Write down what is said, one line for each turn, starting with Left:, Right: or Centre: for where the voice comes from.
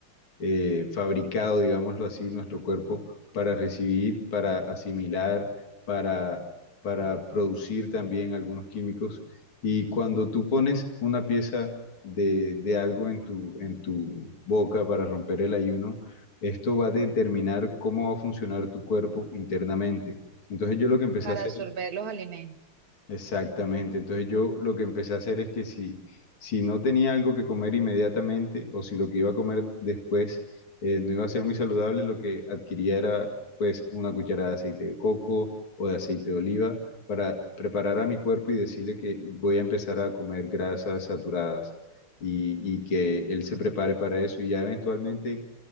Left: eh, fabricado, digámoslo así, nuestro cuerpo para recibir, para asimilar, para, para producir también algunos químicos. Y cuando tú pones una pieza de, de algo en tu, en tu boca para romper el ayuno, esto va a determinar cómo va a funcionar tu cuerpo internamente. Entonces yo lo que empecé
Right: Para
Left: a hacer
Right: absorber
Left: es
Right: los alimentos.
Left: Exactamente. Entonces yo lo que empecé a hacer es que si, si no tenía algo que comer inmediatamente o si lo que iba a comer después eh, no iba a ser muy saludable, lo que adquiría era pues una cucharada de aceite de coco o de aceite de oliva para preparar a mi cuerpo y decirle que voy a empezar a comer grasas saturadas y, y que él se prepare para eso y ya eventualmente